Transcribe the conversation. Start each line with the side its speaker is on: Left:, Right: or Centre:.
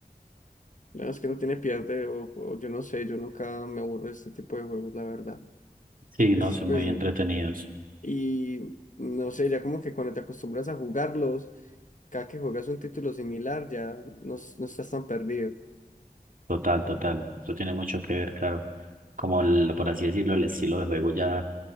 Left: La verdad es que no tiene pierde, o, o yo no sé, yo nunca me aburro de este tipo de juegos, la verdad.
Right: Sí,
Left: Entonces,
Right: no, son
Left: pues,
Right: muy entretenidos.
Left: y no sé, ya como que cuando te acostumbras a jugarlos, cada que juegas un título similar, ya no, no estás tan perdido.
Right: Total, total. Eso tiene mucho que ver, claro. Como el, por así decirlo, el estilo de juego ya